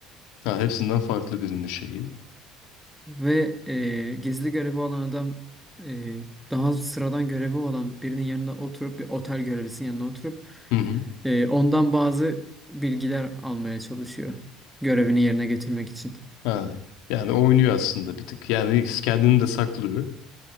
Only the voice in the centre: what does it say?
Ve e, gizli görevi olan adam e, daha sıradan görevi olan birinin yanına oturup bir otel görevlisinin yanına oturup
e, ondan bazı bilgiler almaya çalışıyor. Görevini yerine getirmek için.